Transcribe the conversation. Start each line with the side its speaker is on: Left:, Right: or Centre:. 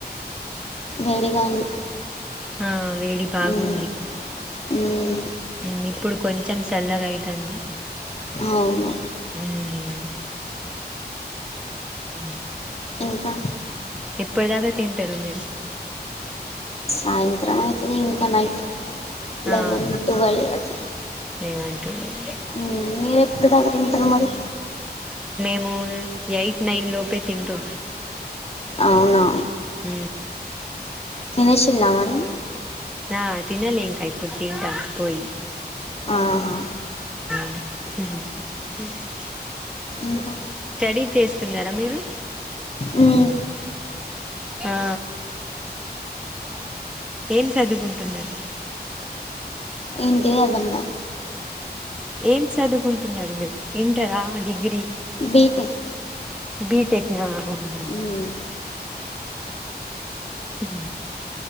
Left: వేడిగా ఉంది
Centre: ఆ వేడి బాగుంది
Left: మ్మ్. మ్మ్.
Centre: మ్ ఇప్పుడు కొంచెం సల్లగైతాంది
Left: అవును
Centre: మ్ ఉ
Left: ఇంకా
Centre: ఎప్పుడుదాక తింటరు మీరు
Left: సాయంత్రం అయితది ఇంకా నైట్ లెవెన్
Centre: ఆ
Left: టుల్వ్ అట్ల
Centre: లేవంటున్నారు
Left: ఉమ్ మీరెప్పుడు దాకతింటరు మరి
Centre: <unintelligible> ఎయిట్ నైన్ లోపే తింటు
Left: అవునా
Centre: ఊ
Left: తినేషిల్లా మరి
Centre: నా తినలే ఇంకా ఇప్పుడు తింటా పోయి
Left: ఆహ
Centre: <inaudible>
Left: ఇంకా
Centre: స్టడీ చేస్తున్నారా మీరు
Left: మ్మ్.
Centre: ఆ ఏం సదుకుంటున్నారు
Left: ఇంటి అర్దం ల
Centre: ఏం సదువుకుంటున్నారు మీరు ఇంటరా డిగ్రీ
Left: బీటెక్
Centre: బిటెక్ నా మ్
Left: మ్మ్.
Centre: హ